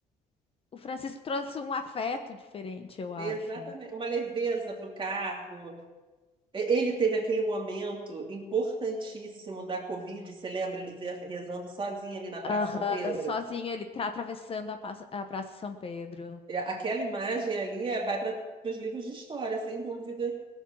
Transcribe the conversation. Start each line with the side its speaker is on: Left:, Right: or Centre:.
Left: o Francisco trouxe um afeto diferente, eu acho.
Right: exatamente uma leveza para o cargo Ele teve aquele momento importantíssimo da Covid, você lembra? Ele ve- rezando sozinho ali na Praça
Left: Aham,
Right: São Pedro.
Left: sozinho ele tá atravessando a, passa- a Praça São Pedro.
Right: É aquela imagem ali é- vai para os livros de história, sem dúvida,